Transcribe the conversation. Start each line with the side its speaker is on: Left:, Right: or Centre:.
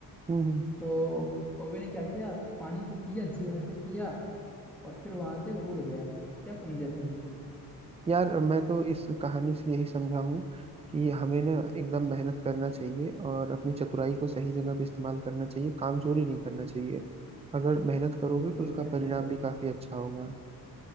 Right: हम्म हम्म।
Centre: तो कौवे ने क्या किया पानी को पिया जी भर के पिया और फिर वहां से वो उड़ गया क्या समझे तुम
Right: यार मैं तो इस कहानी से यही समझा हूँ कि हमें ना एकदम मेहनत करना चाहिए और अपनी चतुराई को सही जगह पे इस्तेमाल करना चाहिए कामचोरी नहीं करना चाहिए अगर मेहनत करोगे
Centre: बिल्कुल
Right: तो उसका
Centre: है
Right: परिणाम
Centre: बिल्कुल
Right: भी काफी अच्छा होगा